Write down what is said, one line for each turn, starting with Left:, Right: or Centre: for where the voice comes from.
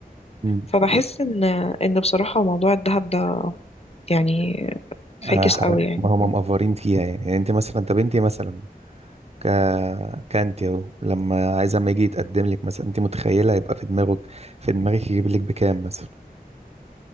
Right: مم.
Left: فبحس ان ان بصراحة موضوع الذهب ده يعني فاكس
Right: آه، ح-
Left: قوي يعني
Right: ما هم مقفرين فيها يعني يعني انت مثلا طب انت مثلا ك كانت اهو لما عايز اما يجي يتقدم لك مثلا انت متخيله يبقى في دماغك في دماغك يجيب لك بكام مثلا